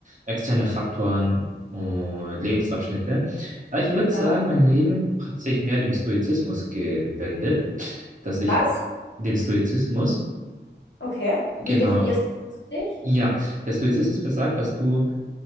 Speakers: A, on the right; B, on the left.
A: externe Faktoren und Lebensabschnitte. Aber ich würde sagen,
B: ja.
A: mein Leben hat sich mehr dem Stoizismus gewendet, dass
B: Was?
A: ich dem Stoizismus,
B: Okay.
A: genau,
B: Wie definierst du dich?
A: ja, der Stoizismus besagt, dass du